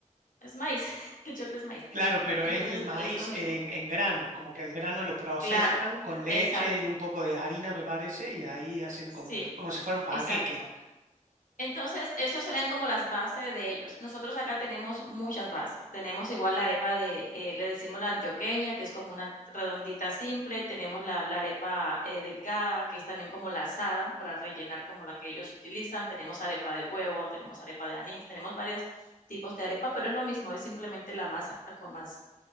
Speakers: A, on the left; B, on the right.
A: Es maíz, <laughs> el choclo es maíz.
B: Claro, pero
A: Entonces,
B: es el maíz
A: es es lo mismo.
B: en, en grano, como que el grano lo procesan
A: Claro,
B: con leche
A: exacto,
B: y un poco de harina, me parece, y ahí hacen
A: sí,
B: como, como si fuera un panqueque.
A: exacto. Entonces, esos serían como las bases de ellos. Nosotros acá tenemos muchas bases. Tenemos igual la arepa de, eh, le decimos la antioqueña, que es como una redondita simple. Tenemos la, la arepa eh, delgada, que es también como la asada, para rellenar como la que ellos utilizan. Tenemos arepa de huevo, tenemos arepa de anís, tenemos varios tipos de arepa, pero es lo mismo, es simplemente la masa con más